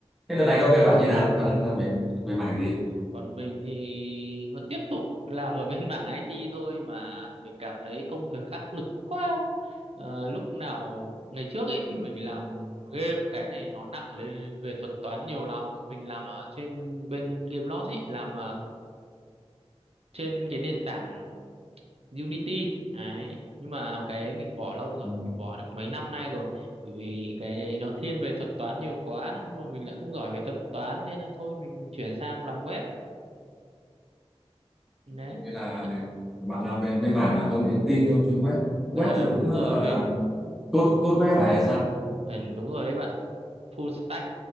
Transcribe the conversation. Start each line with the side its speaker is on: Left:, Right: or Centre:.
Centre: thế
Right: ừ.
Centre: đợt này công việc bạn như nào bạn đang làm về về mảng gì
Right: còn mình thì vẫn tiếp tục làm ở bên mảng IT thôi mà mình cảm thấy công việc áp lực quá Ờ, lúc nào ngày trước ấy thì mình làm game cái này nó nặng lên về thuật toán nhiều lắm mình làm ở trên bên Gamelot ấy làm trên cái nền tảng Unity đấy nhưng mà cái mình bỏ lâu rồi
Centre: ừ.
Right: mình bỏ được mấy năm nay rồi bởi vì cái ấy nó thiên về thuật toán nhiều quá nhưng mà mình lại không giỏi về thuật toán nên là thôi mình chuyển sang làm web đấy
Centre: như là
Right: thì
Centre: bạn làm về bên mảng là công nghệ thông tin nhưng mà chuyên web
Right: <laughs>
Centre: web
Right: ờ,
Centre: thì cũng
Right: đúng
Centre: gọi
Right: rồi mình
Centre: là code code web phải hay sao
Right: ừ, đúng rồi đấy bạn full stack